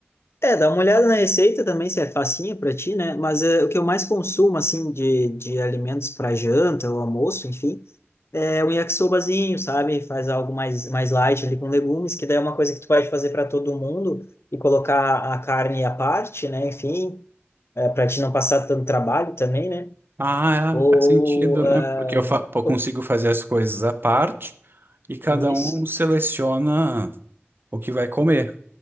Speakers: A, on the left; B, on the right.
A: É, dá uma olhada na receita também, se é facinha para ti, né? Mas é, o que eu mais consumo, assim, de, de alimentos para janta ou almoço, enfim, é um yakisobazinho, sabe? Faz algo mais, mais light ali com legumes, que daí é uma coisa que tu pode fazer para todo mundo e colocar a carne à parte, né? Enfim, é, para te não passar tanto trabalho também, né?
B: Ah,
A: Ou.
B: é, faz sentido,
A: ah,
B: né? Porque eu, fa- pô, consigo
A: oh,
B: fazer as coisas à parte e cada
A: Isso,
B: um seleciona o que vai comer.